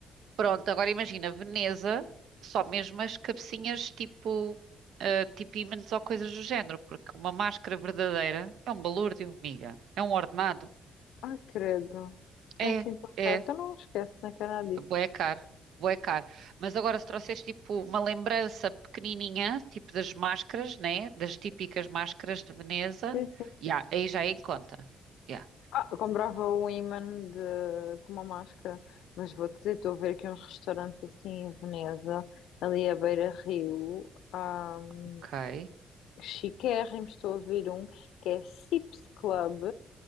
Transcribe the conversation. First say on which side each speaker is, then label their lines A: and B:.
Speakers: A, on the right (about 70°); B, on the left (about 85°).
A: Pronto, agora imagina, Veneza, só mesmo as cabecinhas tipo, eh, tipo ímãs ou coisas do género, porque uma máscara verdadeira é um balúrdio, amiga, é um ordenado.
B: Ai, credo.
A: É,
B: É assim tão
A: é.
B: caro. Então não esquece, não é que é nada disso.
A: Bué caro, bué caro. Mas agora se trouxeres tipo uma lembrança pequenininha, tipo das máscaras, né? Das típicas máscaras de Veneza,
B: Sim, sim.
A: já, aí já é em conta. Já,
B: Ah, eu comprava um imã de, com uma máscara, mas vou-te dizer, estou a ver aqui uns restaurantes assim em Veneza, ali à beira-rio, um,
A: Ok,
B: chiquérrimos, estou a ouvir um que é Sips Club,